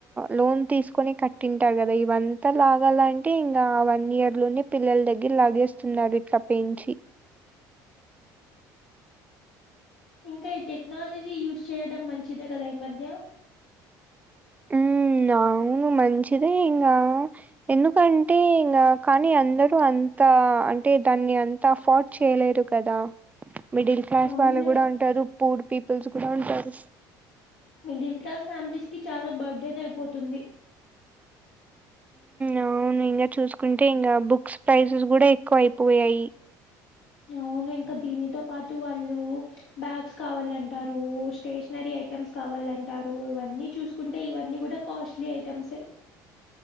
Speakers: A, on the right; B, on the left.
A: లోన్ తీసుకొని కట్ కంటుంటారు కదా ఇవంతా లాగాల అంటే ఇంకా ఆ వన్ ఇయర్ లోని పిల్లల దగ్గర లాగేస్ స్తున్నారు ఇట్ల పెంచి
B: ఇంకా ఈ టెక్నాలజీ యూజ్ చేయడం మంచిదే కదా ఈ మధ్య
A: హ్మ్. అవును మంచిదే ఇంగా ఎందుకంటే ఇంగ కానీ అందరూ అంత అంటే దాన్ని అం అంత <unintelligible> చేయలేరు కదా మిడిల్ క్లాస్
B: అవునులే.
A: వాళ్ళు కూడ ఉంటారు పూర్ పీపుల్స్ కూడఉంటారు
B: మిడిల్ క్లాస్ ఫ్యామిలీస్ కి చాల బర్ధన్ అయిపోతుంది
A: అవును ఇంకా చూసుకుంటే ఇంకా బుక్స్ ప్రైజెస్ కూడ ఎక్కువ అయిపోయాయి
B: అవును ఇంక దీనితో పాటు వాళ్ళు బ్యాగ్స్ కావాలంటారు స్టేషనరీ ఐటమ్స్ కావాలంటారు ఇవన్నీ చూసుకుంటే ఇవన్నీ కూడా కాస్ట్లీ ఐటెమ్స్